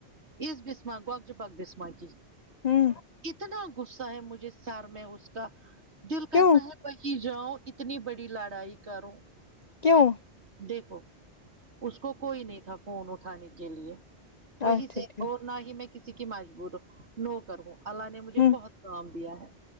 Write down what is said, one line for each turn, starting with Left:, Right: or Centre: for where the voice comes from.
Right: اس بسما کو اک جپک بسما کی
Left: ہوں
Right: کتنا غصہ ہے مجھے سر میں اس کا دل کرتا
Left: کیوں
Right: ہے وہیں جاؤ اتنی بڑی لڑائی کرو
Left: کیوں
Right: دیکھو اس کو کوئی نہیں تھا فون اٹھانے کے لیے
Left: اچھا
Right: وہی سے
Left: ٹھیک
Right: اور نہ ہی میں کسی کی مجبور ہوں نو کر ہوں اللہ نے مجھے
Left: ہوں
Right: بہت کام دیا ہے